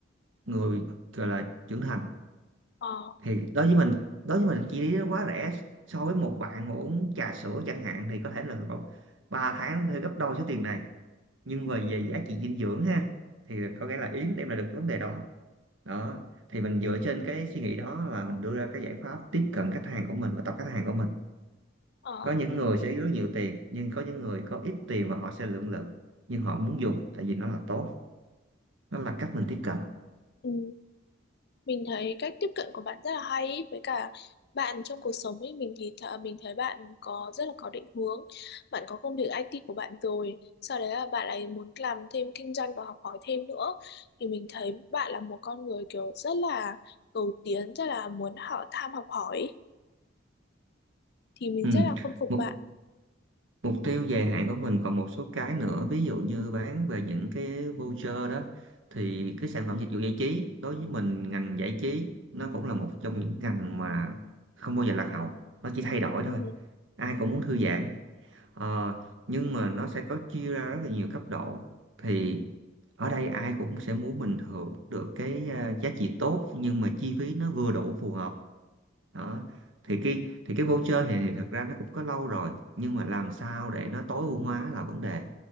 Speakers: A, on the right; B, on the left.
A: người gọi là trưởng thành
B: Ờ.
A: thì đối với mình đối với mình chi phí nó quá rẻ so với một bạn mà uống trà sữa chẳng hạn thì có thể là 3 tháng hơi gấp đôi số tiền này nhưng
B: Ừ.
A: mà về giá trị dinh dưỡng ha thì có nghĩa là Yến đem lại được cái vấn đề đó đó thì mình dựa trên cái suy nghĩ đó là mình đưa ra cái giải pháp tiếp cận khách hàng của mình và tập khách hàng của mình
B: Ờ.
A: có những người sẽ rất nhiều tiền nhưng có những người có ít tiền và họ sẽ lưỡng lự nhưng họ muốn dùng tại vì nó là tốt nó là cách mình tiếp cận
B: Ừ. Mình thấy cách tiếp cận của bạn rất là hay ý, với cả bạn trong cuộc sống ấy mình thì th mình thấy bạn có rất là có định hướng. Bạn có công việc IT của bạn rồi, sau đấy là bạn ấy muốn làm thêm kinh doanh và học hỏi thêm nữa thì mình thấy bạn là một con người kiểu rất là cầu tiến, rất là muốn họ tham học hỏi ý. Thì mình
A: ừ.
B: rất là khâm phục
A: mục
B: bạn.
A: mục tiêu dài hạn của mình còn một số cái nữa ví dụ như bán về những cái voucher đó thì cái sản phẩm dịch vụ giải trí đối với mình ngành giải trí nó cũng là một trong những ngành mà không bao giờ lạc hậu nó chỉ thay đổi
B: Ừ,
A: thôi
B: ừ.
A: ai cũng muốn thư giãn Ờ, nhưng mà nó sẽ có chia ra rất là nhiều cấp độ thì ở đây ai cũng sẽ muốn mình hưởng được cái à, giá trị tốt nhưng mà chi phí nó vừa đủ phù hợp đó thì cái thì cái voucher thì, thì thật ra nó cũng có lâu rồi nhưng mà làm sao để nó tối ưu hóa là vấn đề